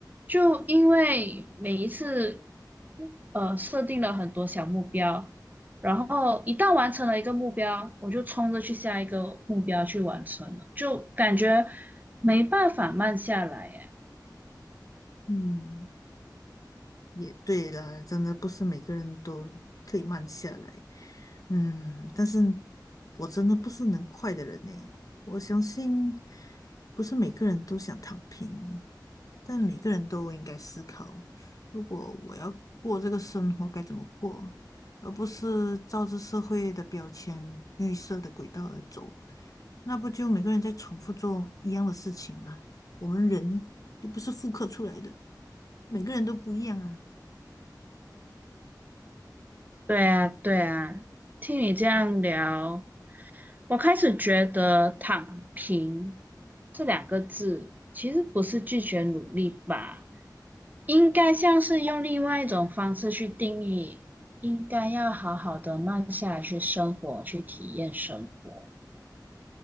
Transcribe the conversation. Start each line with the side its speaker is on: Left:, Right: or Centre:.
Right: 就因为每一次呃设定了很多小目标。然后一旦完成了一个目标，我就冲着去下一个目标去完成了，就感觉没办法慢下来耶。
Left: 嗯，也对了，真的不是每个人都可以慢下来。嗯，但是我真的不是能快的人呢，我相信不是每个人都想躺平，但每个人都应该思考，如果我要过这个生活该怎么过，而不是照着社会的标签、预设的轨道而走，那不就每个人在重复做一样的事情吗？我们人又不是复刻出来的，每个人都不一样啊。
Right: 对啊，对啊，听你这样聊，我开始觉得“躺平”这两个字其实不是拒绝努力吧，应该像是用另外一种方式去定义，应该要好好的慢下来去生活，去体验生活。